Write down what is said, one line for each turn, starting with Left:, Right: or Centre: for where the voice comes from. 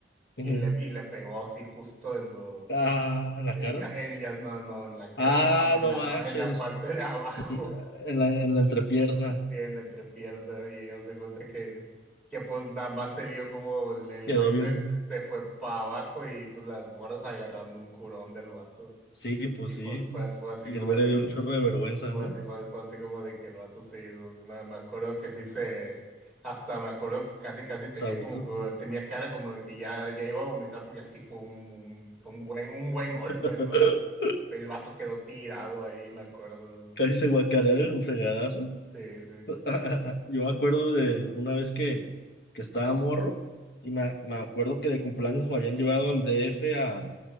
Left: ujú.
Centre: y le, y le pegó así justo en los...
Left: Ah, la
Centre: En,
Left: cara.
Centre: ya, en, ya, no, no, en la cara,
Left: Ah,
Centre: no, <laughs> en
Left: no
Centre: la,
Left: manches.
Centre: pa- en la parte de abajo.
Left: y, ah, en la, en la entrepierna.
Centre: Sí, en la entrepierna y haz de cuenta que, que pues nada más se vio como el, el
Left: Quedó
Centre: güey se,
Left: bien.
Centre: se se fue para abajo y pues las morras agarrando un curón del vato.
Left: Sí, pues
Centre: Y fue,
Left: sí.
Centre: fue, as- fue así
Left: Y
Centre: como
Left: el güey
Centre: de,
Left: le dio un chorro de vergüenza,
Centre: y fue
Left: ¿no?
Centre: así, fue, fue así como de que el vato sí, no, me, me acuerdo que sí se, hasta me acuerdo que casi casi
Left: Sabuto.
Centre: tenía como que, tenía cara como de que ya, ya iba a vomitar porque sí fue un, un, un buen, un buen golpe,
Left: <laughs>
Centre: ¿no? El vato quedó tirado ahí, me acuerdo.
Left: Casi se guacarea de un fregadazo.
Centre: Sí, sí.
Left: <laughs> Yo me acuerdo de una vez que, que estaba morro y me, me acuerdo que de cumpleaños me habían llevado al D F a,